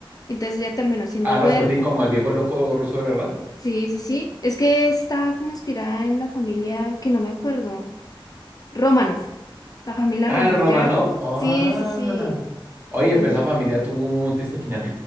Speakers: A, on the left; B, on the right.
A: Entonces ella terminó siendo
B: Ah,
A: huérfana.
B: Rasputin como el viejo loco ruso de verdad.
A: Sí, sí, sí. Es que está como inspirada en la familia que no me acuerdo. Romanov. La familia
B: Ah,
A: Romanov.
B: en los Romanov.
A: Ya me acu-
B: Ah.
A: Sí, sí, sí.
B: Oye,
A: En-
B: pero esa
A: e
B: familia tuvo un triste final.